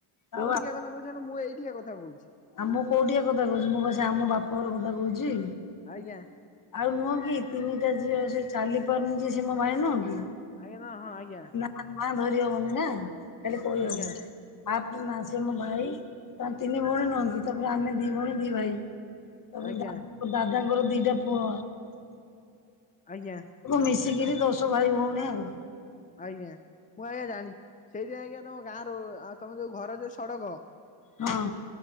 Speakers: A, on the left (about 40°); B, on the left (about 15°).
A: ଆଉ
B: କୋଉଠିକା କଥା କହୁଛ କହିଲ ମୁଁ ଏଇଠିକା କଥା କହୁଛି।
A: ଆଉ ମୁଁ କୋଉଠିଆ କଥା କହୁଛି ମୁଁ ବା ସେ ଆମ ବାପଘର କଥା କହୁଛି।
B: ଆଜ୍ଞା।
A: ଆଉ ନୁହଁ କି ତିନିଟା ଝିଅ ସେ ଚାଲି ପାରୁନି ଯେ ସେ ମୋ ଭାଇ ନୁହଁ କି
B: ଆଜ୍ଞା ତ ହଁ ଆଜ୍ଞା।
A: ତା ନାଁ ଧରି ହବନି ନା ଖାଲି କହିହବ
B: ଆଜ୍ଞା
A: <unintelligible> ତାପରେ ନା ସେ ମୋ ଭାଇ ତାର ତିନି ଭଉଣୀ ନୁହନ୍ତି ତାପରେ ଆମେ ଦି ଭଉଣୀ ଦି ଭାଇ ତାପରେ
B: ଆଜ୍ଞା
A: ଦା ଦାଦାଙ୍କର ଦିଟା ପୁଅ
B: ଆଜ୍ଞା।
A: ମିଶିକିରି ଦଶ ଭାଇ ଭଉଣୀ ଆଉ
B: ଆଜ୍ଞା ମୁଁ ଆଜ୍ଞା ଜାଣିଛି ସେଇଥିପାଇଁ ଆଜ୍ଞା ତମ ଗାଁ ରୁ ଆଉ ତମ ଯୋଉ ଘର ଯୋଉ ସଡକ
A: ହଁ